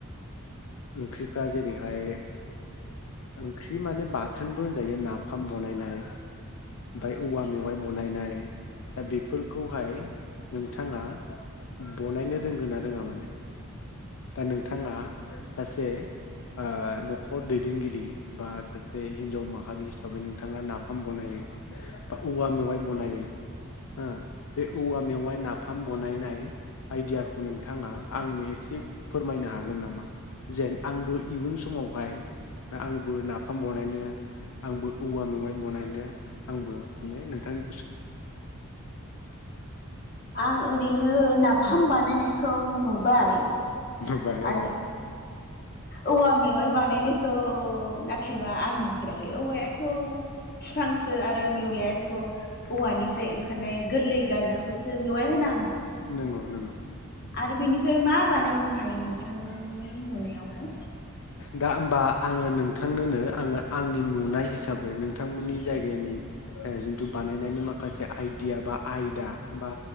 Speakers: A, on the left; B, on the left.
A: ओंख्रिफ्रा जेरैहाय ओंख्रि माने बाथोनबो होनजायो नाफाम बनायनाय ओमफ्राय औवा मेवाइ गनायनाय दा बेफोरखौहाय नोंथाङा बनायनो रोंगोन रोङा माने? दा नोंथाङा सासे ओ न'खर दै देगिरि बा सासे हिनजाव माहारि हिसाबै नोंथाङा नाफाम बनायो बा औवा मेवाइ बनायो। ओ बे औवा मेवाय ना फाम बनायनाय आइडियाखौ नोंथाङा आंनो एसे फोरमायनो हागोन नामा जेन आंबो इयुन समावहाय। आंबो नाफाम बनायनो आंबो औवा मेवाइ बनायनो आंबो माने नोंथांनि।
B: आं ओरैनो नाफामबानो। बानायनायखौ नुबाय।
A: नुबाय
B: आरो।
A: औ
B: औवा मेवाइ बानायनायखौ नाथाय। बा आं नुफेराखैबाया। थ' बिफांसो आरो मेवायाथ' औवानिफ्राय ओंखारनाय गोरलै गजाखौसो मेवाइ होना होमबा।
A: नंगौ नंगौ।
B: आरो बिनिफ्राय मा बानायबावनो हायो नों। बिथांनि नुनायावहाय।
A: दा होमबा आङो नोंथांनोनो आङो आंनि नुनाय हिसाबै नोंथांमोननि जायगानि। ए जोंथु बानाय। ननायनि माखासे आइडिया बा आयदा बा।